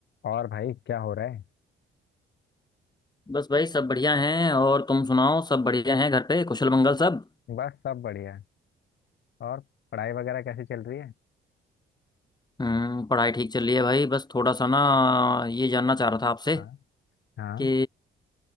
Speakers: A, on the left; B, on the left.
A: और भाई क्या हो रहा है
B: बस भाई सब बढ़िया हैं और तुम सुनाओ सब बढ़िया हैं घर पे कुशल मंगल सब
A: बस सब बढ़िया और पढ़ाई वगैरह कैसे चल रही है
B: हम्म पढ़ाई ठीक चल रही है भाई बस थोड़ा सा ना ये जानना चाह रहा था आपसे
A: हाँ हाँ
B: कि